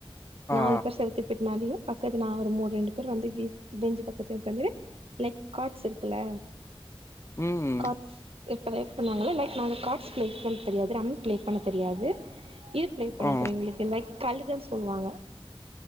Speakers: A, on the left; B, on the right.
A: ஆ
B: நாலு பேர் செல்த்தி பிட் நாலியு பக்கத்து நா ஒரு மூ ரெண்டு பேர் வந்து பீஸ் பெஞ்சு பக்கத்லே உக்காந்திரு லைக் காட்ஸ் இருக்குல்ல
A: ம்
B: காட்ஸ் இப்ப ரேக் பண்ணாங்கள லைக் நாங்க காட்ஸ் க்ளேக் பண் தெரியாது ரம்மி க்ளேக் பண்ண தெரியாது இது ப்ளே பண்ண
A: ஆ
B: தெரியு எங்ளுக்கு லைக் கலுதன்ஸ் சொல்லுவாங்க